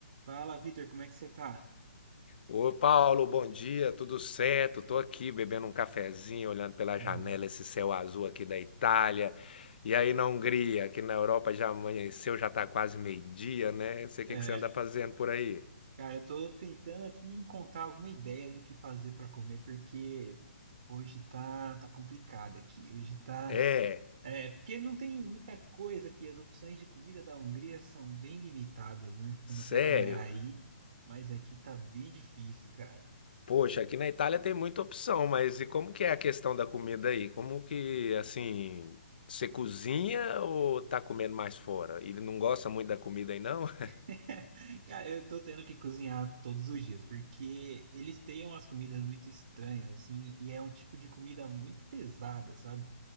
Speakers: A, on the right; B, on the left.
A: Fala, Vitor, como é que você tá?
B: Ô Paulo, bom dia, tudo certo? Tô aqui bebendo um cafezinho, olhando pela
A: Uhum.
B: janela esse céu azul aqui da Itália. E aí na Hungria, aqui na Europa já amanheceu, já tá quase meio-dia, né? Não sei
A: É,
B: o que que você anda fazendo por aí.
A: cara, eu tô tentando aqui encontrar alguma ideia do que fazer pra comer, porque hoje tá, tá complicado aqui. Hoje tá.
B: É,
A: É, porque não tem muita coisa aqui. As opções de comida da Hungria são bem limitadas, né?
B: sério?
A: Eu não sei como é aí, mas aqui tá bem difícil, cara.
B: Poxa, aqui na Itália tem muita opção, mas e como que é a questão da comida aí? Como que, assim, você cozinha ou tá comendo mais fora? Ele não gosta muito da comida aí, não? <laughs>
A: <laughs> Cara, eu tô tendo que cozinhar todos os dias, porque eles têm umas comidas muito estranhas, assim, e é um tipo de comida muito pesada, sabe?